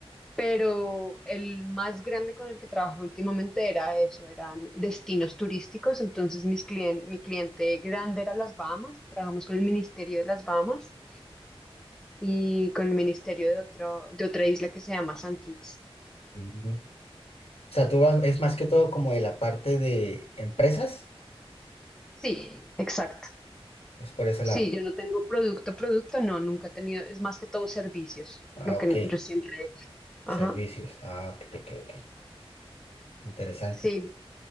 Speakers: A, in the centre; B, on the left (about 75°).
A: pero el más grande con el que trabajé últimamente era eso, eran destinos turísticos, entonces mis clien- mi cliente grande era las Bahamas, trabajamos con el Ministerio de las Bahamas y con el Ministerio de, otro, de otra isla que se llama San Kitts.
B: Mm. O sea, tú vas- es más que todo como de la parte de empresas,
A: Sí, exacto.
B: es por ese
A: Sí,
B: lado.
A: yo no tengo producto, producto, no, nunca he tenido, es más que todo servicios,
B: Ah,
A: lo que
B: ok.
A: yo siempre... Ajá,
B: Servicios. Ah, ok, ok, ok. Interesante.
A: sí.